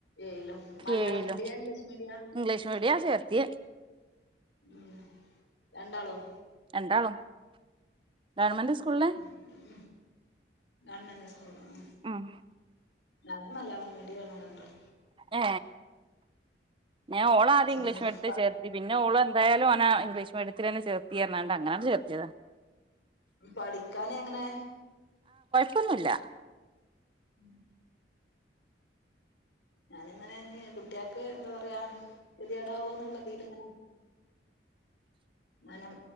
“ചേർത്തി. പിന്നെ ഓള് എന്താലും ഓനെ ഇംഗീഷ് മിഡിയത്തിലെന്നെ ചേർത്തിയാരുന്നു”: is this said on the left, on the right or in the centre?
Right